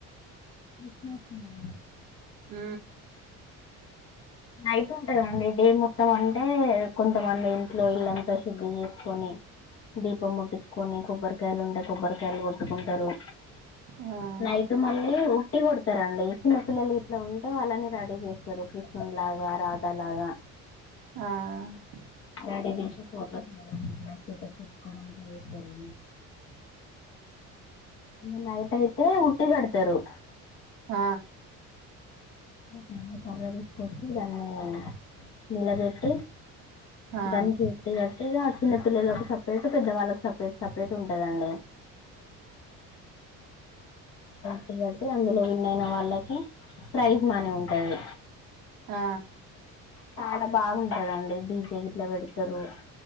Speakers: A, on the left; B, on the right.
A: కృష్ణాష్టమా
B: ఊ
A: నైట్ ఉంటుందండి డే మొత్తం అంటే కొంతమంది ఇంట్లో ఇల్లంతా శుద్ధి చేసుకొని దీపం ముట్టించుకొని కొబ్బరికాయలు ఉంటే కొబ్బరికాయలు కొట్టుకుంటరు
B: ఆ
A: నైట్ మళ్ళి ఉటిి కొడతర అండి ఈ చిన్నపిల్లలు ఇలా ఉంటే వాళ్ళని రెడీ చేస్తారు ఒ క్రిష్ ఉం లాగా రాధలాగా
B: ఆ
A: రెడీ చేసి ఫోటోస్ ఇగ దాని ఇట్ల స్టేటస్ చూసుకోడం ఇట్ల చేస్తారు ఇగ నైట్ అయితే ఉట్టి కడతరు
B: అ
A: ఏ సన్నీ కర్ర దే కొట్టి దాన్ని నిలబెట్టి
B: ఆ
A: దానికి ఉట్టి గట్టి ఇగ చిన్న పిల్లలకు సపరేట్ ఇ పెద్ద వాళ్ళ సప్ సపరేట్ సపరేట్ ఉంటదండి టి గడితే అందులో విన్ అయిన వాళ్ళకి ప్రైజ్ మనీ ఉంటది
B: ఆ
A: చాలా బాగుంటదండి డిజే గిట్ల పెడతారు